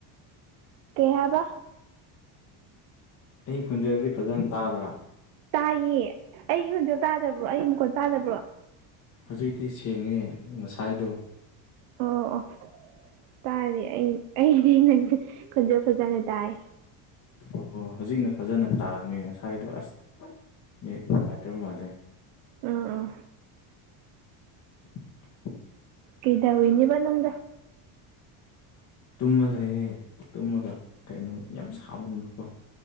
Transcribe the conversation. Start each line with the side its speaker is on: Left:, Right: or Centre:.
Right: ꯀꯩ ꯍꯥꯏꯕ
Left: ꯑꯩ ꯈꯨꯟꯖꯦꯜꯗꯤ ꯐꯖꯅ ꯇꯥꯕ꯭ꯔꯥ
Right: ꯇꯥꯏꯌꯦ ꯑꯩꯒꯤ ꯍꯣꯟꯖꯦꯜ ꯇꯥꯗꯕ꯭ꯔꯣ ꯑꯩ ꯃꯈꯣꯟ ꯇꯥꯗꯕ꯭ꯔꯣ
Left: ꯍꯧꯖꯤꯛꯇꯤ ꯁꯦꯡꯉꯦ ꯉꯁꯥꯏꯗꯣ
Right: ꯑꯣ ꯑꯣ ꯇꯥꯔꯦ ꯑꯩ ꯑꯩꯗꯤ ꯅꯪ ꯈꯣꯟꯖꯦꯜ ꯐꯖꯅ ꯇꯥꯏ
Left: ꯑꯣ ꯍꯧꯖꯤꯛꯅ ꯐꯖꯅ ꯇꯥꯕꯅꯦ ꯉꯁꯥꯏꯗꯣ ꯑꯁ ꯅꯦꯠ ꯅꯨꯉꯥꯏꯇꯕ ꯃꯥꯟꯂꯦ
Right: ꯑꯥꯑꯥ
Left: <unintelligible>
Right: ꯀꯩꯗꯧꯔꯤꯅꯦꯕ ꯅꯪꯗꯣ
Left: ꯇꯨꯝꯃ ꯂꯩꯌꯦ ꯇꯨꯝꯃꯒ ꯀꯩꯅꯣ ꯌꯥꯝ ꯁꯥꯃꯟꯕꯀꯣ